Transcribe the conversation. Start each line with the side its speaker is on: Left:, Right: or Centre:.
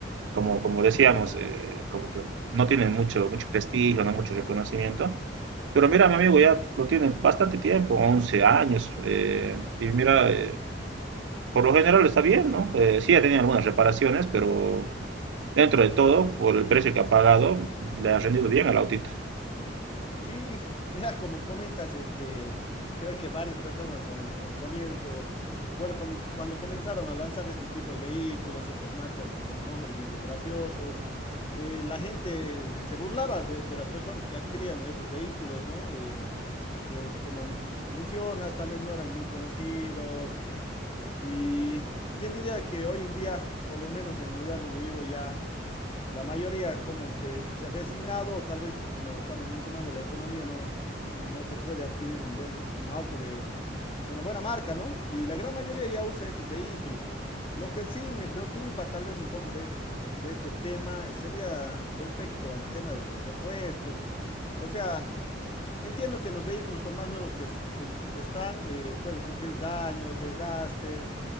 Right: como, como decíamos, eh, como que no tienen mucho, mucho prestigio, no mucho reconocimiento. Pero mira, mi amigo ya lo tiene bastante tiempo, 11 años. eh, y mira, eh, por lo general está bien, ¿no? Eh, sí, ha tenido algunas reparaciones, pero dentro de todo, por el precio que ha pagado, le ha rendido bien al autito.
Left: Sí, <laughs> mira, como comentas, este, creo que varias personas a un, a un comienzo, bueno, como cuando comenzaron a lanzar este tipo de vehículos, estas marcas con nombres medio graciosos, eh, la gente se burlaba de, de las personas que adquirían estos vehículos, ¿no? Eh, por como m- mencionas, tal vez no eran muy conocidos Y quién diría que hoy en día, por lo menos en el lugar donde vivo, ya la mayoría como que se ha resignado, tal vez como estamos mencionando, la economía no, no se puede adquirir un buen un auto de, de una buena marca, ¿no? Y la gran mayoría ya usa estos vehículos. Lo que sí me preocupa tal vez un poco de, es- de este tema sería respecto al tema de los repuestos. O sea, entiendo que los vehículos, por más nuevos que, es- que es- que están, eh, pueden sufrir daños, desgastes.